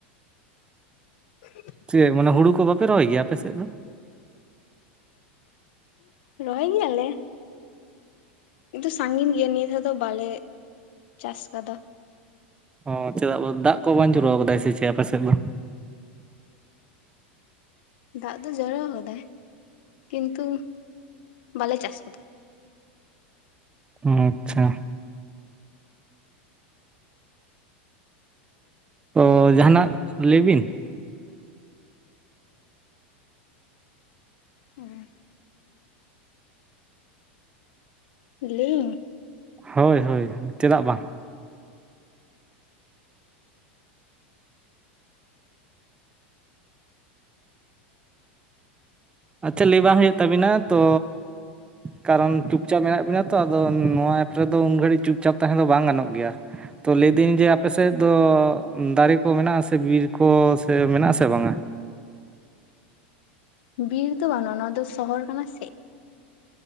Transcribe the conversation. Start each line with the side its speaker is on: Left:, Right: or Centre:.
Left: <unintelligible>
Right: ᱪᱮᱫ ᱢᱟᱱᱮ ᱦᱩᱲᱩ ᱠᱚ ᱵᱟᱯᱮ ᱨᱚᱦᱚᱭ ᱜᱮᱭᱟ ᱟᱯᱮ ᱥᱮᱫ ᱫᱚ?
Left: ᱨᱚᱦᱚᱭ ᱜᱮᱭᱟᱞᱮ᱾ ᱠᱤᱱᱛᱩ ᱥᱟᱺᱜᱤᱧ ᱜᱮᱭᱟ ᱱᱤᱭᱟᱹ ᱫᱷᱟᱣ ᱫᱚ ᱵᱟᱞᱮ <inaudible> ᱪᱟᱥ ᱠᱟᱫᱟ ᱾
Right: ᱚ ᱪᱮᱫᱟᱜ ᱫᱟᱜ ᱠᱚ ᱵᱟᱝ ᱡᱚᱨᱚ ᱟᱠᱟᱫᱟᱭ ᱥᱮ ᱪᱮᱫ ᱟᱯᱮ ᱥᱮᱫ ᱫᱚ?
Left: ᱫᱟᱜ ᱫᱚ ᱡᱚᱨᱚ ᱟᱠᱟᱫᱟᱭ ᱠᱤᱱᱛᱩ ᱵᱟᱞᱮ ᱪᱟᱥ ᱠᱟᱫᱟ ᱾
Right: ᱚ ᱟᱪᱪᱷᱟ ᱚ ᱡᱟᱦᱟᱸᱱᱟᱜ ᱞᱟᱹᱭ ᱵᱤᱱ,
Left: ᱦᱮᱸ ᱞᱮᱭᱤᱧ
Right: ᱦᱳᱭ ᱦᱳᱭ ᱪᱮᱫᱟᱜ ᱵᱟᱝ ᱾ ᱟᱪᱪᱷᱟ ᱞᱟᱹᱭ ᱵᱟᱝ ᱦᱩᱭᱩᱜ ᱛᱟᱵᱤᱱᱟ ᱛᱚ ᱠᱟᱨᱚᱱ ᱪᱩᱯᱪᱟᱯ ᱢᱮᱱᱟᱜ ᱵᱤᱱᱟ ᱛᱚ ᱟᱫᱚ ᱱᱚᱣᱟ ᱮᱯ ᱨᱮᱫᱚ ᱩᱱ ᱜᱷᱟᱹᱲᱤᱡ ᱪᱩᱯᱪᱟᱯ ᱛᱟᱦᱮᱸ ᱫᱚ ᱵᱟᱝ ᱜᱟᱱᱚᱜ ᱜᱮᱭᱟ ᱾ ᱛᱚ ᱞᱟᱹᱭᱫᱟᱹᱧ ᱡᱮ ᱟᱯᱮ ᱥᱮᱫ ᱫᱚ ᱫᱟᱨᱮᱹ ᱠᱚ ᱢᱮᱱᱟᱜᱼᱟᱥᱮ ᱵᱤᱨ ᱠᱚ ᱥᱮ ᱢᱮᱱᱟᱜ ᱟᱥᱮ ᱵᱟᱝᱟ?
Left: ᱵᱤᱨ ᱫᱚ ᱵᱟᱹᱱᱩᱜᱼᱟ, ᱱᱚᱣᱟ ᱫᱚ ᱥᱚᱦᱚᱨ ᱠᱟᱱᱟ ᱥᱮ ᱾